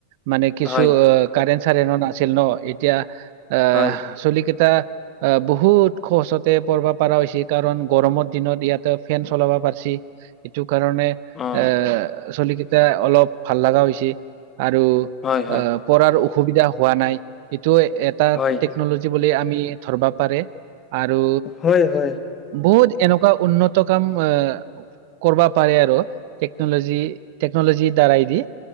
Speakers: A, on the right; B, on the left.
A: মানে কিছু
B: হয়
A: অ কাৰেণ চাৰেন নাছিল ন এতিয়া আহ
B: হয়
A: চুলি কেইটা আহ বহুত সহজতে পঢ়ব পৰা হৈছি কাৰণ গৰমৰ দিনত ইয়াতে ফেন চলাব পাৰছি। এইটো কাৰণে
B: অ
A: এ চলিকেইটা অলপ ভাল লগা হৈছে আৰু
B: হয় হয়
A: আহ পৰাৰ অসুবিধা হোৱা নাই। এইটো এটা
B: হয়
A: টেকনলজি বুলি আমি ধৰব পাৰে। আৰু
B: হয় হয়
A: বহুত এনেকুৱা উন্নত কাম এ কৰবা পাৰে আৰু টেকনলজি টেকনলজি দ্বাৰাই দি